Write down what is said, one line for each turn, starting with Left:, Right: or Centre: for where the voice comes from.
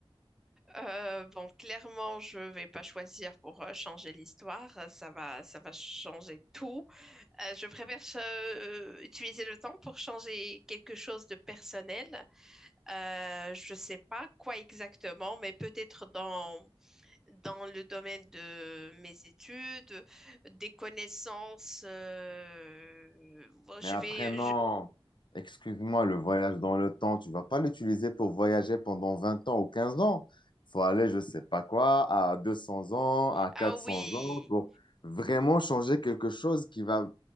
Centre: Euh, bon, clairement, je vais pas choisir pour euh, changer l'histoire. Euh, Ça va, ça va changer tout. Euh, je préfère euh, utiliser le temps pour changer quelque chose de personnel. Euh, je sais pas quoi exactement, mais peut-être dans dans le domaine de mes études, des connaissances. euh, bon, je
Left: Mais après,
Centre: vais.
Left: non.
Centre: je-
Left: Excuse-moi, le voyage dans le temps, tu vas pas l'utiliser pour voyager pendant 20 ans ou 15 ans. Faut aller, je sais pas quoi, à 200 ans, à quatre
Centre: Ah oui.
Left: cents ans, pour vraiment changer quelque chose qui va,